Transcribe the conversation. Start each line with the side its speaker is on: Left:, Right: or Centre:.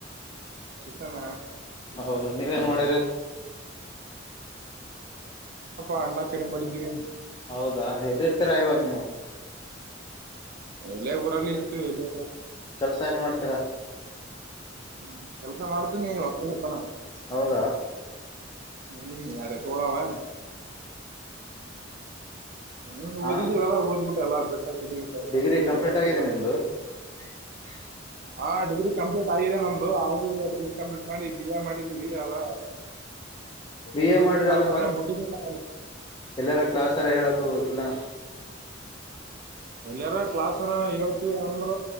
Right: ಚಿಕನ್
Left: ಹೌದ ನೀವೇನ್ ಮಾಡಿರಿ
Right: ಅಂಡಾ ಕರಿ ಮಾಡಿದ್ದೀವಿ
Left: ಹೌದಾ ಎಲ್ಲಿಿರ್ತೀರಾ ಇವಾಗ ನೀವು
Right: ಎಲೆ ಊರಲ್ಲಿ ಇತ್ತು ಎಲ್ಲಿ
Left: ಕೆಲ್ಸ ಏನ್ ಮಾಡ್ತೀರಾ
Right: ಹ್ಮ್ ಕೆಲ್ಸ ಮಾಡ್ದೀನಿ ಹೊಲ್ಲಪನ
Left: ಹೌದಾ
Right: ಹ್ಮ್ ನಡ ತೋಳಾವ <unintelligible> ಹ್ಮ್
Left: ಹಾ
Right: ಓದಿದಿವವಲ್ಲಾ
Left: ಅಣ್ಣ
Right: ಓದ್ಬಿಟ್ಟ ಎಲ್ಲ ಬೆಟ್ಟಅತ್ತಿಧಿವಿ ತಲೆಗೆ
Left: ಡಿಗ್ರಿ ಕಂಪ್ಲೀಟ್
Right: ಅತ್ತಲ್ಲ
Left: ಆಗಿದೆ
Right: ಎಲ್ಲ
Left: ನಿಮ್ದು <unintelligible>
Right: ಹಾ ಡಿಗ್ರಿ ಕಂಪ್ಲೀಟ್ ಆಗಿದೆ ನಮ್ದು ಆಗಿ ಡಿಗ್ರಿ ಕಂಪ್ಲೀಟ್ ಮಾಡಿ ಬಿ ಎ ಮಾಡಿದೀವಿ ಎಲ್ಲ.
Left: ಬಿ ಎ
Right: ಕಂಪ್ಲೀಟ್
Left: ಮಾಡ್ರ ಅಂದ್ರೆ
Right: ಆದ್ರನೆ
Left: ಮತ್
Right: ಬಿಟ್ಟಿದೀನಿ
Left: ಎಲ್ಲಾರ ಕ್ಲಾಸ್ರ ಹೇಳಕ್ ಹೋಗ್ಬೇಕ ಇಲ್ಲಣ
Right: ಎಲ್ಲಯಾರ ಕ್ಲಾಸ್ನ ಹೇಳ್ತಿವಿ ಅಂದ್ರ